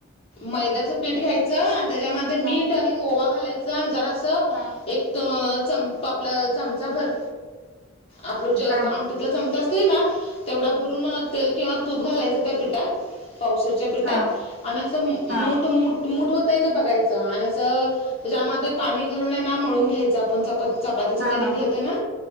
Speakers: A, on the left; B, on the right.
A: मैद्याच पीठ घ्यायचं आणि त्याच्यामध्ये मीठ
B: हा
A: आणि ओवा घालायचं आणि जरासं
B: हा
A: अ चम आपला चमचा भर आप हे
B: हा
A: ति चमचा अस ना तेवढा भरून तेल किंवा तूप घालायचं. त्या पीठात पाव च्या पिटात
B: हा
A: आणि असं मुट-मुट
B: हा
A: मूठ होतंय का बघायचं आणि असं त्याच्यामध्ये पाणी घालूनय ना म्हणून मळून घ्यायचं आपण चपाती. चपातीचं
B: हा
A: कनिक
B: हा
A: घेतं ना